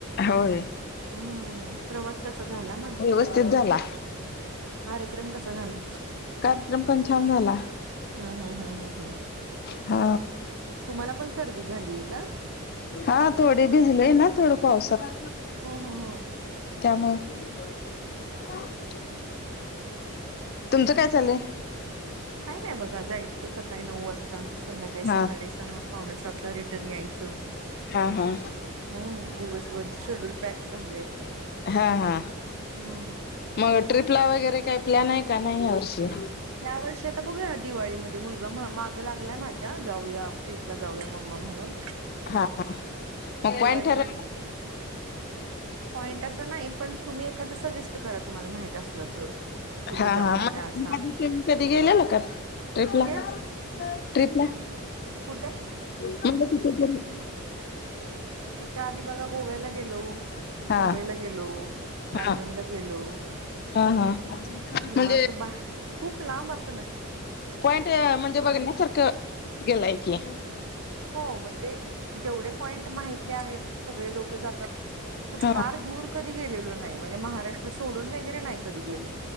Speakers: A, on the left (about 45°); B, on the right (about 70°).
A: होय
B: हम्म, प्रवास कसा झाला म्हणं,
A: व्यवस्थित झाला
B: कार्यक्रम कसा झाला?
A: कार्यक्रम पण छान झाला.
B: हम्म, हम्म, हम्म, हम् हम्
A: हा
B: तुम्हाला पण सर्दी झालीय का?
A: हा थोडे भिजलेय ना थोड पावसात.
B: हो, हो, हो
A: त्यामुळे तुमचं काय चालय?
B: काय नाही बघा जायचं सकाळी नऊ वाजता. संध्याकाळी साडेसहा
A: हा
B: पावणे सातला रिटर्न यायचं.
A: हा हा
B: हम्म, दिवसभर शेड्यूल पॅक झाले.
A: हा, हा
B: हम्म.
A: मग ट्रिपला वगैरे काही प्लॅन आहे का नाही या वर्षी?
B: या वर्षी आता बघूयात दिवाळीमध्ये मुलगा माग लागलाय माझ्या जाऊया ट्रीपला जाऊया मम्मा म्हणून
A: हा, हा, मग प्लॅन
B: दिवाळीमध्ये
A: ठरल
B: पॉईंट असं नाही पण, तुम्ही एखाद्य सजेस्ट करा तुमला माहित असल तर तुम्ही
A: हा
B: जाऊन
A: हा
B: आला
A: मग
B: असा,
A: तुम्ही कधी गेलेला का ट्रिपला
B: कुठे?
A: ट्रिपला
B: कुठं?
A: <unintelligible>
B: त्याच्या आधी बघा गोव्याला गेलो,
A: हा
B: मुंबईला गेलो, मालवणला
A: हा
B: गेलो
A: हा हा
B: ह्,
A: म्हणजे
B: असं बा खूप लांब असं नाही.
A: पॉईंट म्हणजे बघण्यासारखं गेलाय की,
B: हो मग ते जेवढे पॉईंट माहिती आहेत सगळे लोक जातात असं
A: हा
B: फार दूर कधी गेलेलो नाही म्हणजे महाराष्ट्र सोडून वगैरे नाही कधी गेलो.